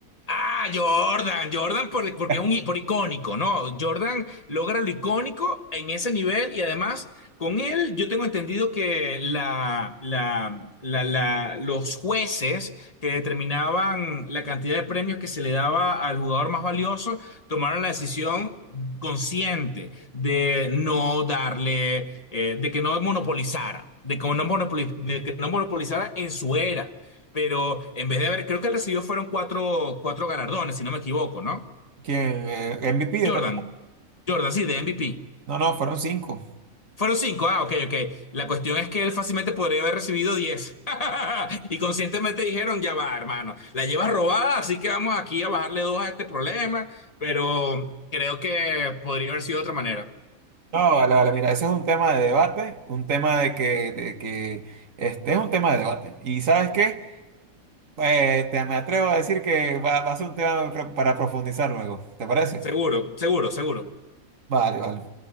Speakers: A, on the left; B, on the right.
A: Ah, Jordan, Jordan por- porque
B: <laughs>
A: es un i- por icónico, ¿no? Jordan logra lo icónico en ese nivel y además con él yo tengo entendido que la, la, la, la- los jueces que determinaban la cantidad de premios que se le daba al jugador más valioso tomaron la decisión consciente de no darle, eh, de que no monopolizara, de que no monopoli- de que no monopolizara en su era. Pero en vez de haber, creo que él recibió fueron cuatro, cuatro galardones, si no me equivoco, ¿no?
B: ¿Quién? Eh, ¿MVP de
A: Jordan.
B: tal-
A: Jordan, sí, de MVP.
B: No, no, fueron cinco.
A: Fueron cinco, ah, ok, ok. La cuestión es que él fácilmente podría haber recibido diez. <laughs> Y conscientemente dijeron, ya va, hermano, la llevas robada, así que vamos aquí a bajarle dos a este problema, pero creo que podría haber sido de otra manera.
B: No, vale, vale, mira, ese es un tema de debate, un tema de que, de que este es un tema de debate. Y sabes qué, Eh, te, me atrevo a decir que va, va a ser un tema pro- para profundizar luego, ¿te parece?
A: Seguro, seguro, seguro.
B: Vale, vale.